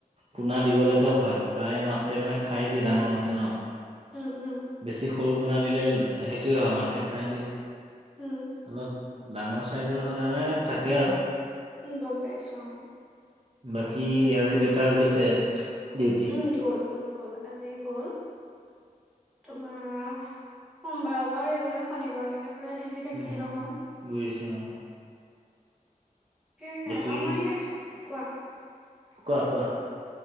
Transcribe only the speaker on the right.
পোনা দিবলৈকে ভয়, প্ৰায় মাছে মানে খাই দিয়ে ডাঙৰ মাছে ন'
বেছি সৰু পোনা দিলে, সেইটোয়ে হয় মাছে খাই দিয়ে।
অলপ ডাঙৰ চাইজৰ হ'লে মানে থাকে আৰু
বাকী আজি দেউতা গৈছে? ডিউটি
উম হুম
হুম বুজিছো অ
বাকী
কোৱা কোৱা!